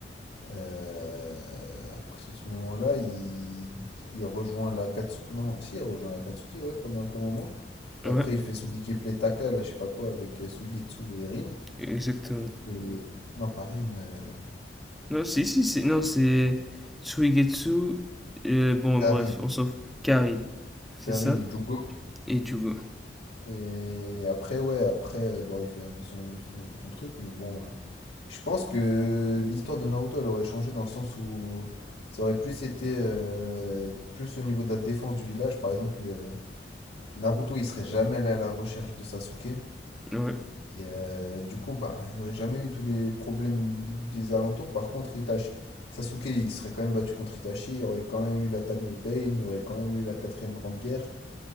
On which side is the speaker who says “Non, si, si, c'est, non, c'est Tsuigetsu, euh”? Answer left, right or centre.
Centre